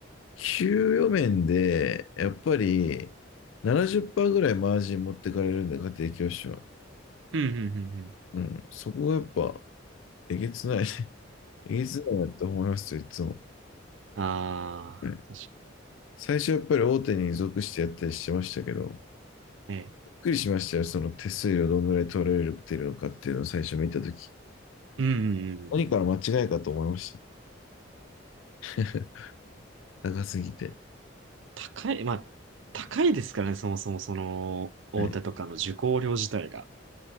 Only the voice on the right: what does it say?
うんうんうん。
ああ、
確か
にね
うんうんうんうん。
高い、まあ、高いですからね、そもそもその、大手とかの受講料自体が。